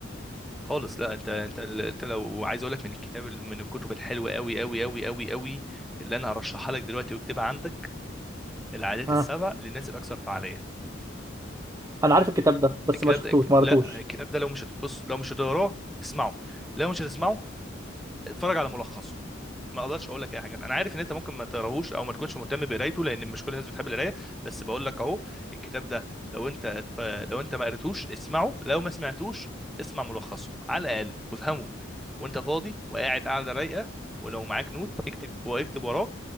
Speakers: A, in the centre; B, on the right.
A: خالص لا انت انت انت لو عايز اقول لك من الكتاب من الكتب الحلوه قوي قوي قوي قوي قوي اللي انا هرشحها لك دلوقتي واكتبها عندك العادات
B: ها
A: السبع للناس الاكثر فعاليه
B: انا عارف الكتاب ده بس
A: الكتاب
B: ما شفتوش
A: ده
B: ما
A: لا
B: قريتوش
A: الكتاب ده لو مش هتبص لو مش هتقراه اسمعه لو مش هتسمعه اتفرج على ملخصه ما اقدرش اقول لك اي حاجه انا عارف ان انت ممكن ما تقراهوش او ما تكونش مهتم بقرايته لان مش كل الناس بتحب القرايه بس بقول لك اهو الكتاب ده لو انت ف- لو انت ما قريتوش اسمعه لو ما سمعتوش اسمع ملخصه على الاقل وافهمه وانت فاضي وقاعد قاعده رايقه ولو معاك نوت اكتب واكتب وراه